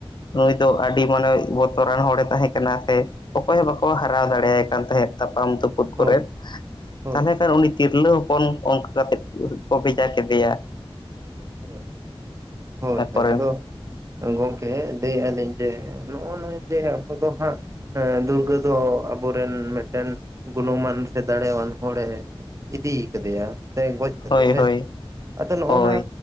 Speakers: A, on the left (about 50°); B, on the right (about 30°).
A: ᱱᱩᱭ ᱫᱚ ᱟᱹᱰᱤ ᱢᱟᱱᱟᱣ ᱤᱡ ᱵᱚᱛᱚᱨᱟᱱ ᱦᱚᱲ ᱮ ᱛᱟᱦᱮᱸ ᱠᱟᱱᱟ ᱥᱮ, ᱚᱠᱚᱭ ᱦᱚᱸ ᱵᱟᱠᱚ ᱦᱟᱨᱟᱣ ᱫᱟᱲᱮᱭᱟᱭ ᱠᱟᱱ ᱛᱟᱦᱮᱸᱫ ᱛᱟᱯᱟᱢ ᱛᱩᱯᱩ ᱛᱩᱯᱩᱫ
B: ᱦᱳᱭ
A: ᱠᱚᱨᱮ
B: ᱦᱳᱭ
A: ᱛᱟᱦᱚᱞᱮ ᱠᱷᱟᱱ ᱩᱱᱤ ᱛᱤᱨᱞᱟᱹ ᱦᱚᱯᱚᱱ ᱚᱱᱠᱟ ᱠᱟᱛᱮᱫ ᱠᱚ ᱵᱷᱮᱡᱟ ᱠᱮᱫᱮᱭᱟ ᱾
B: <inaudible> ᱦᱳᱭ ᱦᱳᱭ
A: ᱠᱚᱨᱮᱱ
B: ᱟᱫᱚ, ᱜᱚᱝᱠᱮ ᱞᱟᱹᱭᱮᱜᱼᱟ ᱞᱤᱧ ᱡᱮ ᱱᱚᱜᱼᱚᱭ ᱡᱮ ᱟᱵᱚ ᱫᱚ ᱦᱟᱸᱜ ᱦᱮᱸ ᱫᱩᱨᱜᱟᱹ ᱫᱚ ᱟᱵᱚᱨᱮᱱ ᱢᱤᱫᱴᱮᱱ ᱜᱩᱱᱚᱢᱟᱱ ᱥᱮ ᱫᱟᱲᱮᱣᱟᱱ ᱦᱚᱲ ᱮ ᱤᱫᱤ ᱠᱟᱫᱮᱭᱟ ᱥᱮ ᱜᱚᱡᱽ ᱠᱟᱫᱮᱭᱟ
A: ᱦᱳᱭ
B: ᱦᱮᱸᱥᱮ
A: ᱦᱳᱭ
B: ᱟᱫᱚ ᱱᱚᱜᱼᱚ
A: ᱦᱳᱭ
B: ᱱᱟ